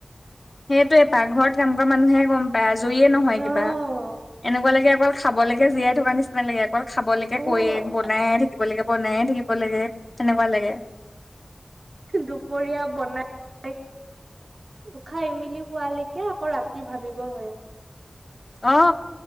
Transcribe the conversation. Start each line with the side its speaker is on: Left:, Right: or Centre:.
Left: সেইটোৱয়ে পাক ঘৰত কাম কৰা মানুহে গম পায় আজৰিয়ে নহয়
Right: অ',
Left: কিবা। এনেকোৱা লাগে অকল খাবলেকে জীয়াই থকা নিচিনা লাগে। অকল খাবলৈকে
Right: অ'।
Left: কয় বনাই থাকিব লাগে বনায়ে থাকিব লাগে সেনেকোৱা লাগে।
Right: দুপৰীয়া বনাই, উ খাই মেলি শুৱালেকে আকৌ ৰাতি ভাবিব হয়ে।
Left: অ